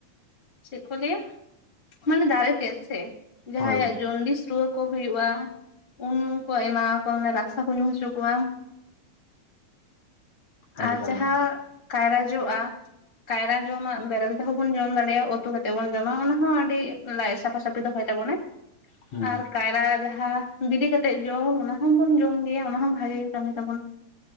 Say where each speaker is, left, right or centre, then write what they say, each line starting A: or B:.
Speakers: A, on the left; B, on the left.
A: ᱪᱮᱫ ᱠᱚ ᱞᱟᱹᱭᱟ ᱢᱟᱱᱮ ᱫᱟᱨᱮ ᱛᱮᱫ ᱥᱮ ᱡᱟᱦᱟᱸᱭᱟᱜ
B: ᱦᱳᱭ
A: ᱡᱚᱱᱰᱤᱥ ᱨᱩᱣᱟᱹ ᱠᱚ ᱦᱩᱭᱩᱜᱼᱟ᱾ᱩᱱ ᱠᱚ ᱮᱢᱟ ᱠᱚᱭᱟ ᱢᱟᱱᱮ ᱨᱟᱥᱟ ᱠᱚ ᱧᱩ ᱦᱚᱪᱚ ᱠᱚᱣᱟ᱾
B: ᱮᱠᱫᱚᱢ
A: ᱟᱨ ᱡᱟᱦᱟᱸ
B: ᱜᱮ
A: ᱠᱟᱭᱨᱟ ᱡᱚᱜᱼᱟ᱾ᱠᱟᱭᱨᱟ ᱡᱚ ᱢᱟ ᱵᱮᱨᱮᱞ ᱛᱮᱦᱚᱸ ᱵᱚᱱ ᱡᱚᱢ ᱫᱟᱲᱮᱭᱟᱜᱼᱟ, ᱩᱛᱩ ᱠᱟᱛᱮᱫ ᱵᱚᱱ ᱡᱚᱢᱟ ᱚᱱᱟ ᱦᱚᱸ ᱟᱹᱰᱤ ᱞᱟᱡᱽ ᱥᱟᱯᱷᱟ ᱥᱟᱹᱯᱷᱤ ᱫᱚᱦᱚᱭ ᱛᱟᱵᱚᱱᱟ᱾ᱟᱨ
B: ᱦᱩᱸ
A: ᱠᱟᱭᱨᱟ ᱡᱟᱦᱟᱸ ᱵᱤᱞᱤ ᱠᱟᱛᱮᱜ ᱡᱚᱢ ᱚᱱᱟ ᱦᱚᱸᱵᱚᱱ ᱡᱚᱢ ᱜᱮᱭᱟ᱾ ᱚᱱᱟ ᱦᱚᱸ ᱵᱷᱟᱹᱜᱤ ᱜᱮ ᱠᱟᱹᱢᱤ ᱛᱟᱵᱚᱱᱟ᱾